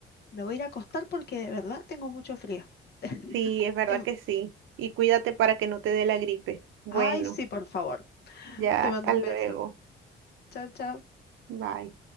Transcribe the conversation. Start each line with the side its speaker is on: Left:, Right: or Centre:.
Left: me voy a ir a acostar porque de verdad tengo mucho frío. <laughs>
Right: sí, es verdad
Left: Te-
Right: que sí. Y cuídate para que no te dé la gripe. Bueno,
Left: Ay, sí, por favor.
Right: ya,
Left: Te mando
Right: hasta
Left: un
Right: luego.
Left: beso. Chao, chao.
Right: Bye.